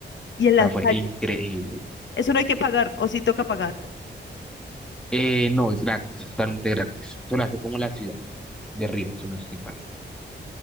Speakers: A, on the left; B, in the centre.
A: y en
B: O sea,
A: las
B: fue
A: calles.
B: increíble.
A: Eso no hay que pagar, o sí toca pagar.
B: Eh, no, es gratis, es totalmente gratis. Eso lo hace como la ciudad de Río, si no estoy mal.